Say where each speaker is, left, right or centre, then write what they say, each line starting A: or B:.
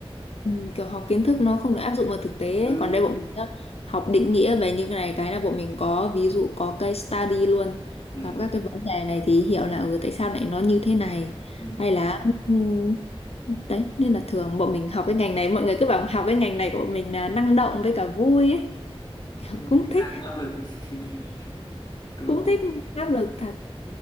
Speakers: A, on the left; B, on the left.
A: Ừ, kiểu học kiến thức nó không được áp dụng vào thực tế
B: ừ,
A: ấy. Còn đây bọn mình nhá, học định nghĩa về những cái này cái là bọn mình có ví dụ có case study luôn
B: ừ,
A: gặp các cái vấn đề này thì hiểu là ừ, tại sao lại nó như thế này
B: ừ.
A: hay là ừ, đấy nên là thường bọn mình học cái ngành này mọi người cứ bảo học cái ngành này của bọn mình là năng động với cả vui ấy kiểu
B: nhưng
A: cũng
B: thực
A: thích
B: ra cũng áp lực <laughs> đúng
A: cũng
B: không
A: thích nhưng áp lực thật